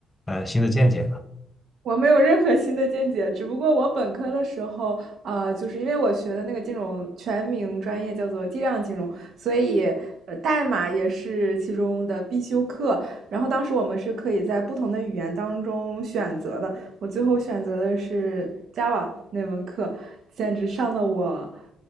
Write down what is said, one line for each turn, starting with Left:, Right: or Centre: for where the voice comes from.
Left: 呃新的见解呢
Right: 我没有任何新的见解，只不过我本科的时候，呃，就是因为我学的那个金融全名专业叫做计量金融，所以呃，代码也是其中的必修课。然后当时我们是可以在不同的语言当中选择的，我最后选择的是 Java 那门课，简直上的我